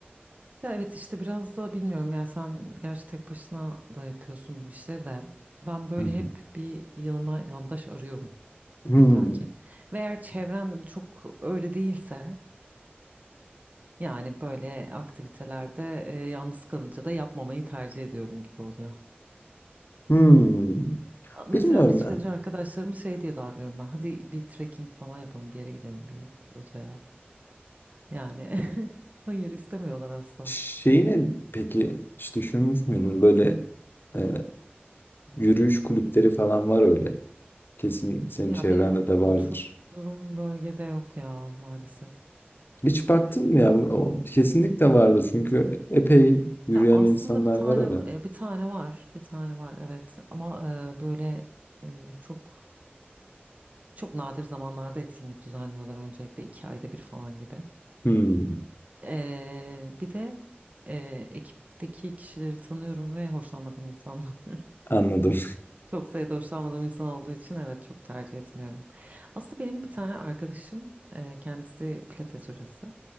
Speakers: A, on the right (about 40°); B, on the left (about 60°).
A: Ya evet işte biraz da bilmiyorum ya sen gerçi tek başına da yapıyorsun bu işleri de ben böyle
B: Hı hı.
A: hep bir yanıma yandaş arıyorum
B: Hmm,
A: illaki. Ve eğer çevren çok öyle değilse yani böyle aktivitelerde e, yalnız kalınca da yapmamayı tercih ediyorum gibi oluyor.
B: hmm.
A: Mesela
B: Bilmiyorum
A: bir süredir
B: ya.
A: arkadaşlarımı şey diye darlıyorum ben hadi bir trekking falan yapalım bir yere gidelim bir rotaya yani <laughs> hayır istemiyorlar asla.
B: Şeyi ne peki hiç düşünmüş müydün? Böyle e, yürüyüş kulüpleri falan var öyle. Kesin senin
A: Ya
B: çevrende
A: benim
B: de vardır.
A: oturduğum bölgede yok ya maalesef.
B: Hiç baktın mı ya? O- Kesinlikle vardır çünkü epey yürüyen
A: Ya aslında
B: insanlar
A: bir tane
B: var öyle.
A: e, bir tane var. Bir tane var evet. Ama e, böyle e, çok çok nadir zamanlarda etkinlik düzenliyorlar öncelikle iki ayda bir falan gibi.
B: Hmm,
A: E, bir de e, ekipteki kişileri tanıyorum ve hoşlanmadığım insanlar. <laughs>
B: anladım.
A: Çok sayıda hoşlanmadığım insan olduğu için evet çok tercih etmiyorum. Aslında benim bir tane arkadaşım e, kendisi pilates hocası.